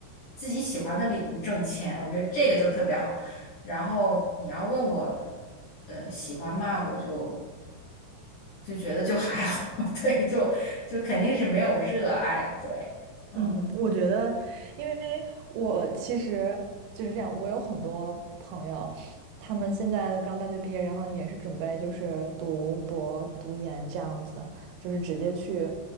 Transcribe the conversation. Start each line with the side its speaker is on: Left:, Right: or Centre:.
Left: 自己喜欢的领域挣钱，我觉得这个就特别好。然后你要问我，呃，喜欢吗？我就就觉得就还好，<laughs> 对，就就肯定是没有热爱，对，嗯。
Right: 嗯，我觉得，因为我其实就是这样，我有很多朋友，他们现在刚大学毕业，然后也是准备就是读博、读研这样子的，就是直接去